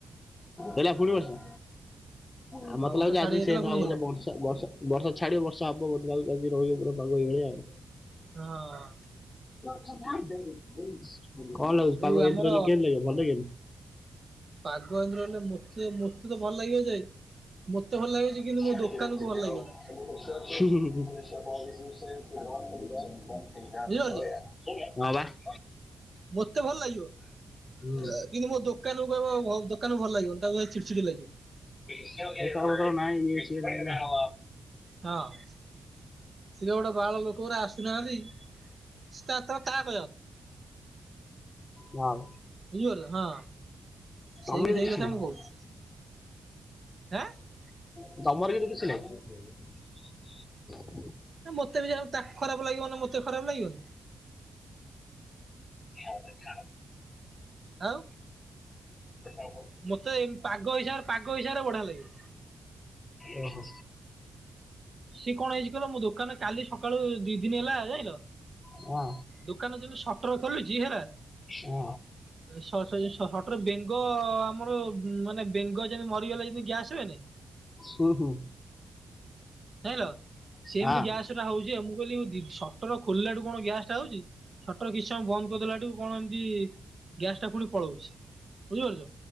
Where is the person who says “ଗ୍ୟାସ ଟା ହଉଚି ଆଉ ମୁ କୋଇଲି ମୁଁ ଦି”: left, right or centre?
Right